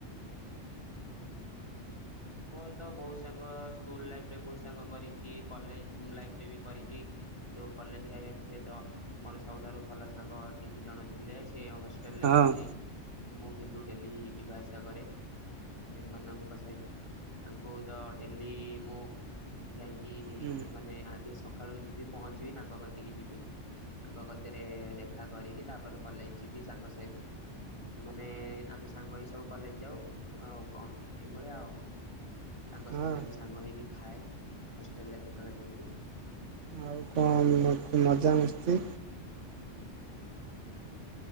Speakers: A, on the left; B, on the right.
A: ମୋର ତ ବହୁତ ସାଙ୍ଗ ସ୍କୁଲ ଲାଇଫରେ ବହୁତ ସାଙ୍ଗ କରିଛି କଲେଜ ଲାଇଫରେ ବି କରିଛି। କିନ୍ତୁ କଲେଜ ଲାଇରେ ତ ମୋର ସବୁଠାରୁ ଭଲ ସାଙ୍ଗ ତିନି ଜଣ ଥିଲେ ସେ ହଷ୍ଟେଲ
B: ହଁ
A: ରେ ରୁହନ୍ତି ମୁଁ କିନ୍ତୁ ଡେଲି ଯିବା ଆସିବା କରେ ସେମାନଙ୍କ ସହିତ ତାଙ୍କୁ ତ ଡେଲି ମୁଁ ଯାଇକି
B: ହୁଁ
A: ମାନେ ଆଗେ ସକାଳୁ ଯିବି ପହଞ୍ଚିବି ତାଙ୍କ କତିକି ଯିବି। ତାଙ୍କ କତିରେ ଦେଖା କରିକି ତାପରେ କଲେଜ ଯିବି ତାଙ୍କ ସହିତ। ମାନେ ଆମେ ସାଙ୍ଗ ହେଇ ସବୁ କଲେଜ ଯାଉ ଆଉ କଣ ଏଇଭଳିଆ ଆଉ। ତାଙ୍କ
B: ହଁ
A: ସହିତ ବି ସାଙ୍ଗ ହେଇକି ଖାଏ ହଷ୍ଟେଲରେ କେତେବେଳେ କେମିତି।
B: ଆଉ କଣ ମଜାମସ୍ତି?